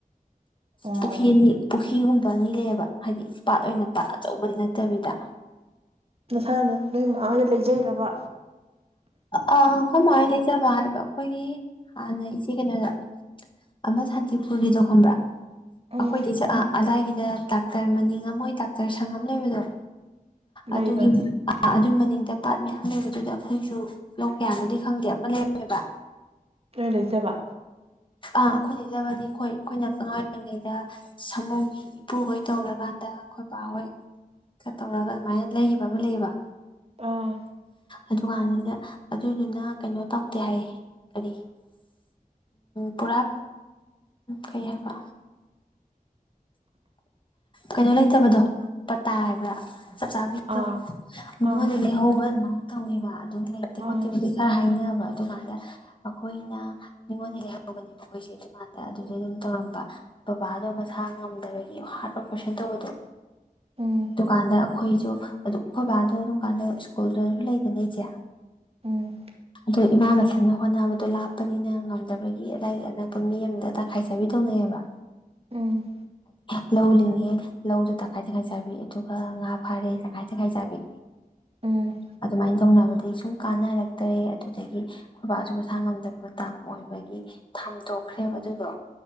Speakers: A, on the right; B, on the left.
A: ꯑꯣ
B: ꯄꯨꯈꯅꯤ ꯄꯨ ꯐꯤꯒꯨꯝꯕ ꯑꯅꯤ ꯂꯩꯌꯦꯕ ꯍꯥꯏꯗꯤ ꯄꯥꯠ ꯑꯣꯏꯅ ꯄꯥꯠ ꯑꯆꯧꯕꯗꯤ ꯅꯠꯇꯕꯤꯗ
A: ꯅꯁꯥꯅ ꯅꯣꯏ ꯃꯃꯥ ꯑꯣꯏꯅ ꯂꯩꯖꯩꯔꯕ
B: ꯑ ꯑꯩꯈꯣꯏꯃꯥꯏꯅ ꯂꯩꯖꯕ ꯍꯥꯏꯕ ꯑꯩꯈꯣꯏꯒꯤ ꯍꯥꯟꯅ ꯏꯆꯦ ꯀꯩꯅꯣꯗ ꯑꯃ ꯁꯥꯟꯇꯤꯄꯨꯔꯒꯤꯗꯣ ꯈꯪꯕ꯭ꯔꯥ
A: ꯎꯝ
B: ꯑꯩꯈꯣꯏꯗꯤ ꯑꯗꯥꯏꯒꯤꯗ ꯗꯥꯛꯇꯔ ꯃꯅꯤꯡꯉꯝꯃꯣꯏ ꯗꯥꯛꯇꯔ ꯁꯪꯉꯝ ꯂꯩꯕꯗꯣ
A: ꯂꯩꯕꯅꯤ
B: ꯑꯗꯨꯒꯤ ꯑꯗꯨꯏ ꯃꯅꯤꯡꯗ ꯄꯥꯠ ꯃꯌꯥꯝ ꯂꯩꯕꯗꯨꯗ ꯑꯩꯈꯣꯏꯁꯨ ꯂꯣꯛ ꯀꯌꯥꯅꯨꯗꯤ ꯈꯪꯗꯦ ꯑꯃ ꯂꯩꯔꯃꯦꯕ
A: ꯂꯩꯖꯕ
B: ꯑꯥ ꯑꯩꯈꯣꯏ ꯂꯩꯖꯕꯗꯤ ꯍꯣꯏ ꯑꯩꯈꯣꯏꯅ ꯑꯉꯥꯡ ꯑꯣꯏꯔꯤꯉꯩꯗ ꯁꯥꯃꯨꯒꯤ ꯏꯄꯨꯍꯣꯏ ꯇꯧꯔꯀꯥꯟꯗ ꯈꯣꯏꯕꯥꯍꯣꯏ ꯀ ꯇꯧꯔꯒ ꯑꯗꯨꯃꯥꯏꯅ ꯂꯩꯈꯤꯕ ꯑꯃ ꯂꯩꯌꯦꯕ
A: ꯑꯥ
B: ꯑꯗꯨ ꯀꯟꯖꯤꯗꯥ ꯑꯗꯨꯗꯨꯅ ꯀꯩꯅꯣ ꯇꯧꯗꯦ ꯍꯥꯏ ꯀꯔꯤ ꯄꯨꯔꯥ ꯀꯩ ꯍꯥꯏꯕ ꯀꯩꯅꯣ ꯂꯩꯇꯕꯗꯣ ꯄꯥꯇꯥ ꯍꯥꯏꯕ꯭ꯔꯥ ꯆ ꯆꯕꯤ
A: ꯑꯥ
B: ꯃꯤꯉꯣꯟ
A: ꯑꯥ
B: ꯂꯩꯍꯧꯕꯒ ꯃꯥꯏ ꯇꯧꯍꯦꯕ ꯑꯗꯨꯝ ꯂꯩꯇꯦ
A: ꯑꯥ
B: ꯈꯣꯠꯇꯦꯕꯨ ꯈꯔ ꯍꯥꯏꯅꯅꯕ ꯑꯗꯨꯀꯥꯟꯗ ꯑꯩꯈꯣꯏꯅ ꯃꯤꯉꯣꯟꯗ ꯂꯩꯍꯧꯕꯅꯦꯕ ꯃꯈꯣꯏꯁꯦ ꯑꯗꯨꯀꯥꯟꯗ ꯑꯗꯨꯗꯩ ꯑꯗꯨꯝ ꯇꯧꯔꯝꯕ ꯕꯕꯥꯗꯣ ꯃꯁꯥ ꯉꯝꯗꯕꯒꯤ ꯍꯥ ꯀꯣꯏꯁꯟ ꯇꯧꯕꯗꯣ
A: ꯎꯝ
B: ꯗꯨꯀꯥꯟꯗ ꯑꯩꯈꯣꯏꯁꯨ ꯑꯗꯨ ꯑꯩꯈꯣꯏ ꯕꯥꯗꯣ ꯑꯗꯨꯝ ꯀꯥꯟꯗ ꯁ꯭ꯀꯨꯜꯗꯁꯨ ꯂꯩꯗꯅ ꯏꯆꯦ
A: ꯎꯝ
B: ꯑꯗꯨꯝ ꯏꯃꯥ ꯃꯊꯟꯅ ꯍꯣꯠꯅꯕꯗꯣ ꯂꯥꯞꯄꯅꯤꯅ ꯉꯝꯗꯕꯒꯤ ꯑꯗꯥꯏꯒꯤ ꯑꯅꯛꯄ ꯃꯤ ꯑꯃꯗ ꯇꯪꯈꯥꯏ ꯆꯥꯕꯤ ꯇꯧꯅꯩꯌꯦꯕ
A: ꯎꯝ
B: ꯂꯧ ꯂꯩ ꯂꯧꯁꯨ ꯇꯪꯈꯥꯏ ꯇꯪꯈꯥꯏ ꯆꯥꯕꯤ ꯑꯗꯨꯒ ꯉꯥ ꯐꯥꯔꯦ ꯇꯪꯈꯥꯏ ꯇꯪꯈꯥꯏ ꯆꯥꯕꯤ
A: ꯎꯝ
B: ꯑꯗꯨꯃꯥꯏꯅ ꯇꯧꯅꯕꯗꯣ ꯑꯩ ꯁꯨꯝ ꯀꯥꯟꯅꯔꯛꯇꯔꯦ ꯑꯗꯨꯗꯒꯤ ꯈꯣꯏ ꯕꯥꯁꯨ ꯃꯁꯥ ꯉꯝꯗꯕ ꯃꯇꯥꯡ ꯑꯣꯏꯕꯒꯤ ꯊꯥꯝꯗꯣꯛꯈ꯭ꯔꯦꯕ ꯑꯗꯨꯗꯣ